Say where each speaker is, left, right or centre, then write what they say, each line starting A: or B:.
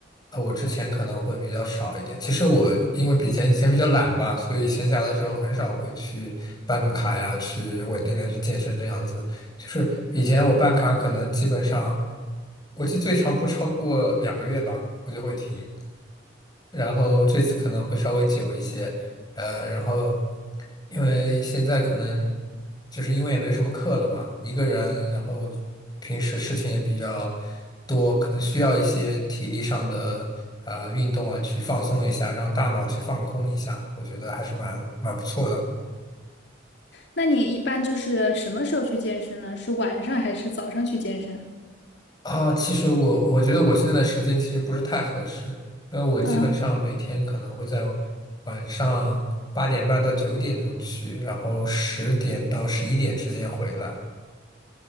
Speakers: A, on the left; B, on the left.
A: 呃，我之前可能会比较少一点。其实我因为比前以前比较懒吧，所以闲暇的时候很少会去办个卡呀，去稳定的去健身这样子。就是以前我办卡可能基本上，我记得最长不超过两个月吧，我就会停。然后这次可能会稍微久一些，呃，然后因为现在可能就是因为也没什么课了嘛，一个人，然后平时事情也比较多，可能需要一些体力上的啊运动啊，去放松一下，让大脑去放空一下，我觉得还是蛮蛮不错的。
B: 那你一般就是什么时候去健身呢？是晚上还是早上去健身？
A: 啊，其实我我觉得我现在的时间其实不是太合适，因为我基本上每天可能会在
B: 啊？
A: 晚上八点半到九点钟去，然后十点到十一点之间回来。